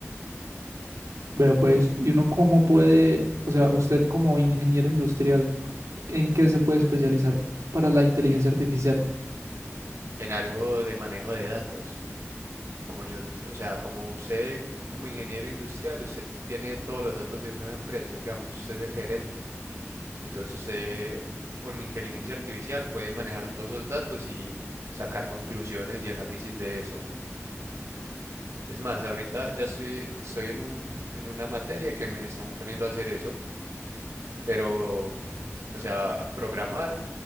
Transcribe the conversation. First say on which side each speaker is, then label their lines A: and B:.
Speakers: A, on the right; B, on the right.
A: Vea pues, ¿y uno cómo puede, o sea, usted como ingeniero industrial, ¿en qué se puede especializar para la inteligencia artificial?
B: en algo de manejo de datos. Como yo, t- o sea, como usted, como ingeniero industrial, usted tiene todos los datos de una empresa, digamos, usted es el gerente. Entonces usted con inteligencia artificial puede manejar todos esos datos y sacar conclusiones y análisis de eso. Es más, ahorita ya estoy, estoy en un, en una materia que me están poniendo a hacer eso, pero, o sea, programar